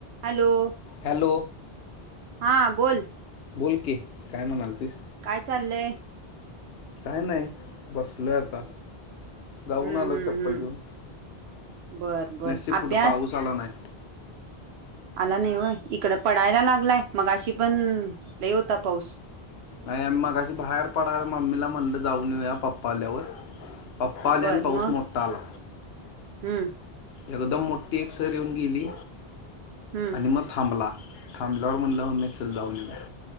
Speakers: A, on the right (about 90°); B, on the left (about 75°).
A: Hello!
B: Hello!
A: हा बोल.
B: बोल की काय म्हणालतीस.
A: काय चाललंय?
B: काय नाही बसलो आता. जाऊन
A: हम्म
B: आलो
A: हम्म
B: चप्पल
A: हम्म
B: घेऊन
A: बर बर
B: नशशीिब
A: अभ्यास
B: कुठे पाऊस आला नाही.
A: आला नाही होय इकड पडायला लागलाय मग अशी पण ल होता पाऊस.
B: नाही आम्ही मगाशी बाहेर पडाणार मम्मीला म्हणलं जाऊन येऊया पप्पा आल्यावर अप्पाल्यान
A: बर
B: पाऊस
A: मग
B: मोटा आला.
A: हम्म!
B: एकदम मोठी एक सर येऊन गेली
A: हम्म
B: आणि मग थांबला. थांबलावर म्हणला म चल म.